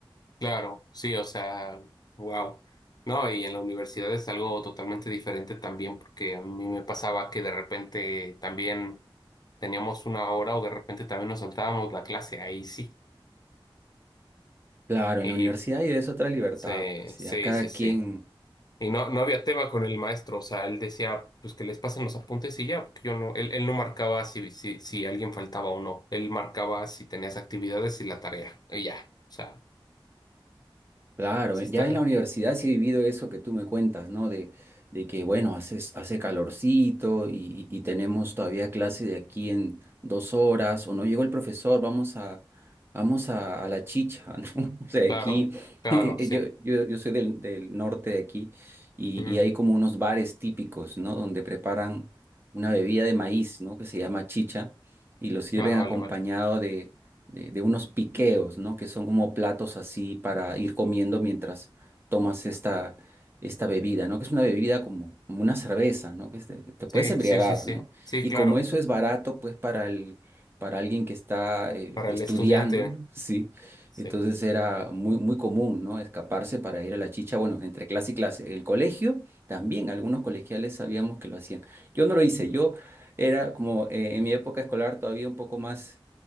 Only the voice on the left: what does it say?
Claro, sí, o sea, wow. No, y en la universidad es algo totalmente diferente también, porque a mí me pasaba que de repente también teníamos una hora o de repente también nos saltábamos la clase ahí, sí.
Y
sí,
sí,
sí, sí.
Y no, no había tema con el maestro, o sea, él decía, pues que les pasen los apuntes y ya, porque yo no, él, él no marcaba si, si, si alguien faltaba o no, él marcaba si tenías actividades y la tarea, y ya, o sea,
sí
está,
claro,
claro,
sí,
ujú.
Ah, vale,
vale,
sí,
sí, sí, sí,
sí,
claro,
para
el estudiante,
sí,